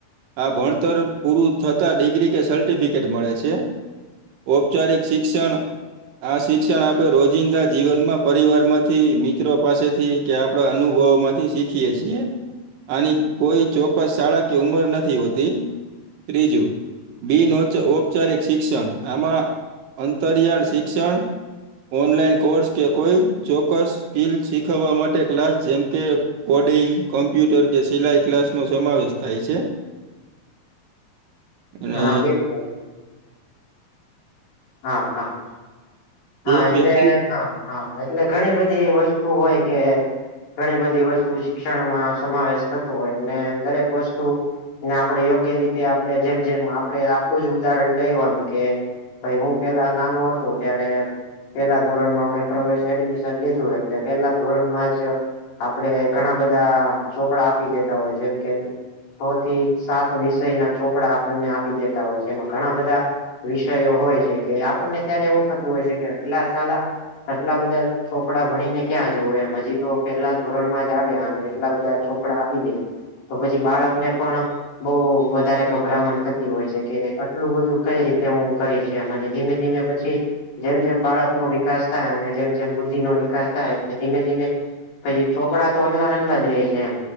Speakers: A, on the right; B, on the left.
A: આ ભણતર પૂરું થતા ડિગ્રી કે સર્ટિફિકેટ મળે છે. ઔપચારિક શિક્ષણ- - આ શિક્ષણ આપણે રોજિંદા જીવનમાં પરિવાર માંથી મિત્રો પાસેથી- - કે આપણા અનુભવોમાંથી શીખીએે છીએ- - આની કોઈ ચોક્કસ શાળા કે ઉંમર નથી હોતી- - ત્રીજું બિન ઔપચારિક શિક્ષણ આમાં અંતરિયાળ- - શિક્ષણ ઓનલાઈન કોર્સ કે કોઈ ચોક્કસ સ્કીલ શીખવવા માટે ક્લાસ જેમ કે કોડિંગ કોમ્પ્યુટર કે સિલાઈ ક્લાસનો સમાવેશ થાય છે.
B: <inaudible>
A: અને
B: <unintelligible> હા. હા. હા.
A: એક
B: એટલે
A: વ્યક્તિ
B: હા હા એટલે ઘણી બધી વસ્તુ હોય કે ઘણી બધી વસ્તુ શિક્ષણમાં સમાવેશ થતો હોય. ને દરેક વસ્તુ ને આપણે યોગ્ય રીતે આપણે જેમ જેમ આપણે આપણુ જ ઉદાહરણ લેવાનું કે ભાઈ હું પહેલા નાનો હતો. ત્યારે પહેલા ધોરણમાં અમે પ્રવેશ એડમિશન લીધું એટલે પહેલા ધોરણમાં જ આપડે ઘણા બધા ચોપડા આપી દેતા હોય જેમ કે છ થી સાત વિષયના ચોપડા આપણને આપી દેતા હોય છે એમાં ઘણા બધા વિષયો હોય છે કે આપણને ત્યારે એવું થતું હોય છે કે આટલા સાલા આટલા બધા ચોપડા ભણીને ક્યાં જવું એમ હજી તો પહેલા ધોરણમાં જ આવ્યા અને એટલા બધા ચોપડા આપી દે. તો પછી બાળક ને પણ બઉ વધારે ગભરામણ થતી હોય છે કે આટલું બધું કઈ રીતે હું કરીશ કે મને ધીમે ધીમે પછી જેમ જેમ બાળકનો વિકાસ થાય અને જેમ જેમ બુદ્ધિનો વિકાસ થાય એટલે ધીમે ધીમે પછી ચોપડા તો આટલા ને એટલા જ રહે છે એમ